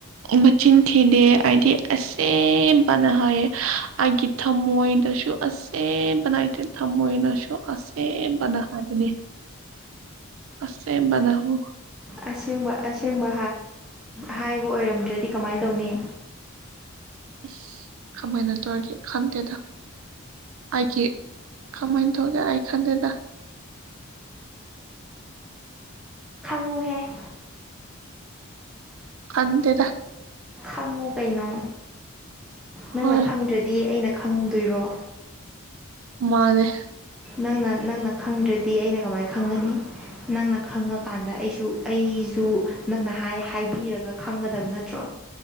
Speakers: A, on the right; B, in the centre.
A: ꯃꯆꯤꯟꯈꯤꯗꯦ ꯑꯩꯗꯤ ꯑꯁꯦꯕꯅ ꯍꯥꯏꯥꯏ ꯑꯩꯒꯤ ꯊꯝꯃꯣꯏ ꯅꯁꯨ ꯑꯁꯦ ꯅꯥꯏꯇꯦ ꯊꯃꯣ ꯅꯁꯨꯣ ꯑꯁ ꯕꯅ ꯈꯥꯏ ꯄꯅꯤ ꯑꯁꯦ ꯅꯍꯣ
B: ꯑꯁꯦꯡꯕꯁ ꯑꯁꯦꯡꯕ ꯍꯥꯏꯕ ꯑꯣꯏꯔꯝꯗ꯭ꯔꯗꯤ ꯀꯃꯥꯏꯅ ꯇꯧꯅꯤ
A: ꯑꯁ ꯀꯃꯥꯏꯅ ꯇꯧꯔꯤꯒꯦ ꯈꯪꯗꯦꯗ ꯑꯩꯒꯤ ꯀꯃꯥꯏꯅ ꯊꯣꯛꯒꯦ ꯑꯩ ꯈꯟꯗꯦꯗ
B: ꯃꯨꯍꯦ <inaudible>
A: ꯑꯗꯦꯗ
B: ꯈꯪꯉꯨ ꯀꯩꯅꯣ ꯅꯪꯅ
A: ꯍꯣꯏ
B: ꯈꯪꯗ꯭ꯔꯗꯤ ꯑꯩꯅ ꯈꯪꯗꯣꯏꯔꯣ
A: ꯃꯥꯅꯦ
B: ꯅꯪꯅ ꯅꯪꯅ ꯈꯪꯗ꯭ꯔꯗꯤ ꯑꯩꯅ ꯀꯃꯥꯏꯅ ꯈꯪꯒꯅꯤ ꯅꯪꯅ ꯈꯪꯉꯀꯥꯟꯗ ꯑꯩꯁꯨ ꯑꯩꯁꯨ ꯅꯪꯅ ꯍꯥꯏꯕꯤꯔꯒ ꯈꯪꯒꯗꯕ ꯅꯠꯇ꯭ꯔꯣ